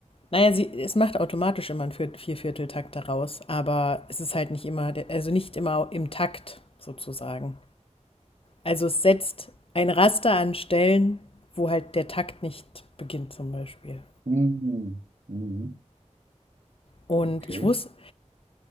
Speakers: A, on the left; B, on the right.
A: naja, sie, es macht automatisch immer einen Vier- Viervierteltakt daraus, aber es ist halt nicht immer, also nicht immer im Takt sozusagen. Also es setzt ein Raster an Stellen, wo halt der Takt nicht beginnt zum Beispiel.
B: Mhm. Mhm.
A: Und
B: Okay.
A: ich wusste,